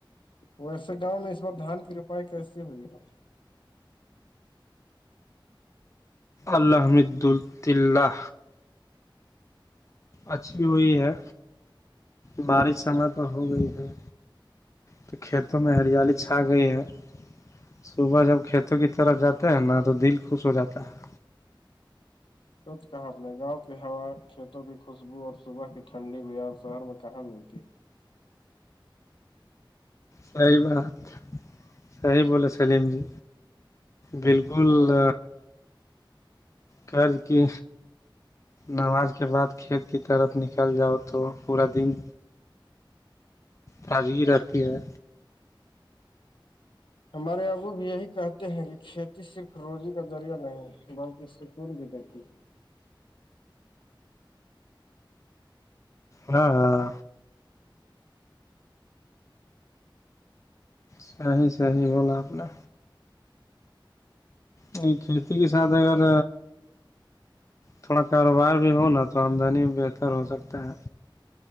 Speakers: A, on the left; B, on the left.
A: ویسے گاؤں میں اس بار دھان کی روپائی کیسی ہوگی نا
B: الحمد الدلہ اچ بھی ہوئی ہے بارش سمے پر ہو گئی ہے تو کھیتوں میں ہریالی چھا گئی ہے صبح جب کھیتوں کی طرف جاتے ہیں نا تو دل خوش ہو جاتا ہے
A: سچ کہا اپ نے گاؤں کی ہوا کھیتوں کی خوشبو اور صبح کی ٹھنڈی بار شہر میں کہاں ملتی ہے
B: سی بات صحیح بولے سلیم جی بالکل کار کی نماز کے بعد کھیت کی طرف نکل جاؤ تو پورا دن تازی ہی رہاتتی ہے
A: ہمارے اگو بھی یہی کہتے ہیں کہ کھیتی صرف روزی کا ذریعہ نہیں بلکہ سکون بھی دیتی ہے
B: ہاں ہاں صحی ص ہییح بولا آپ نے نہیں کھیتی کے ساتھ اگر تھوڑا کاروبار بھی ہو نا تو آمدنی بھی بہتر ہو سکتا ہے